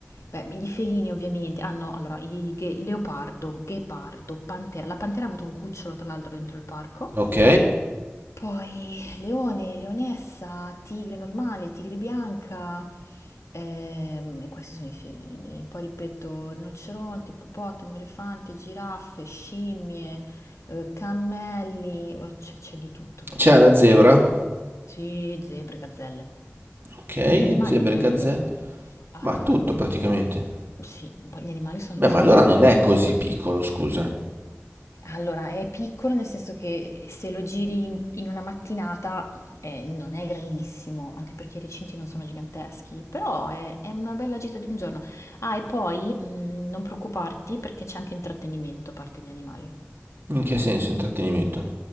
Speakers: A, on the left (about 80°); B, on the right (about 45°).
A: beh, gli felini ovviamente, ah no, allora, i ghe- leopardo, ghepardo, pantera. La pantera ha avuto un cucciolo, tra l'altro, dentro il parco.
B: Ok,
A: Poi leone, leonessa, tigre normale, tigre bianca, ehm, e questi sono i felini. Poi ripeto, rinoceronte, ippopotamo, elefante, giraffe, scimmie, eh, cammelli, oh, c'è c'è di tutto veramente.
B: c'è una zebra?
A: Sì, zebre, gazzelle.
B: Ok,
A: Gli animali,
B: zebre,
A: devo
B: gazzelle,
A: dire, ehm,
B: ma tutto praticamente.
A: sì, un po' gli animali sono
B: Beh, ma allora
A: belli,
B: non
A: eh.
B: è così piccolo, scusa.
A: Allora, è piccolo nel senso che se lo giri in, in una mattinata eh, non è grandissimo, anche perché i recinti non sono giganteschi, però è, è una bella gita di un giorno. Ah, e poi mh, non preoccuparti perché c'è anche intrattenimento a parte gli animali.
B: In che senso intrattenimento?